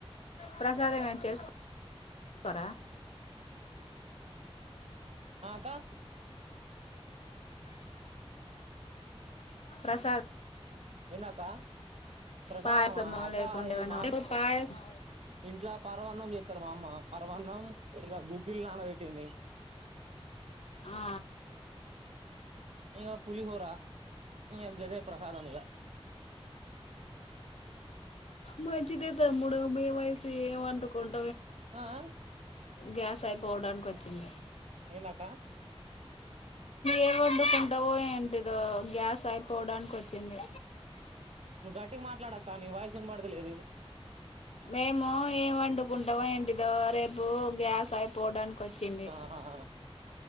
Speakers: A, on the left (about 80°); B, on the right (about 90°).
A: ప్రసాదం ఎం చేసుకోరా
B: అక్కా
A: ప్రసాదం
B: ఎందక్క ప్రసాదమా
A: పాయసము
B: అక్క
A: లేకుండా
B: ఏ
A: ఏమైనా
B: మామ్
A: పాయసం
B: ఇంట్లో పా పరవాన్నం చేస్తారు మా అమ్మ పరవాన్నం ఇంకా గుగ్గిళ్ళు నానబెట్టింది.
A: ఆ
B: ఇంక పులిహోర ఇ గదే ప్రసాదం మీగ
A: మంచిది తమ్ముడు మేం అయితే వండుకుంట
B: ఆ ఆ
A: గ్యాస్ అయిపోవడానికి వచ్చింది.
B: ఎందక్క
A: ఏ వండుకుంటావో ఏంటిదో గ్యాస్ అయిపోవడనికి వచ్చి వచ్చింది
B: నువ్వు గట్టిగా మాట్లాడక్క నీ వాయిస్ వినబడతలేదు
A: మేము ఏం వండుకుంటాం ఏంటిదో రేపు గ్యాస్ అయిపోవడానికి వచ్చింది.
B: ఆ ఆ